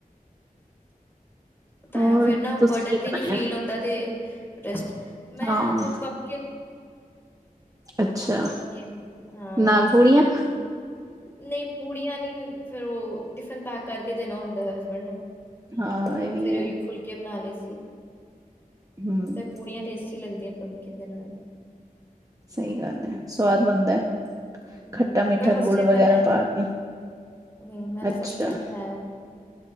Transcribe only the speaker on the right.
ਹੋਰ
ਤੁਸੀਂ
ਕੀ
ਬਣਾਇਆ
ਹਾਂ
ਅੱਛਾ
ਨਾਲ ਪੂੜੀਆਂ
ਹਾਂ
ਇਹ
ਵੀ
ਹੈ
ਹਮ
ਸਹੀ ਗੱਲ ਐ। ਸਵਾਦ ਬਣਦੈ।
ਖੱਟਾ-ਮੀਠਾ
ਗੁੜ
ਵਗੈਰਾ
ਪਾ ਕੇ,
ਅੱਛਾ।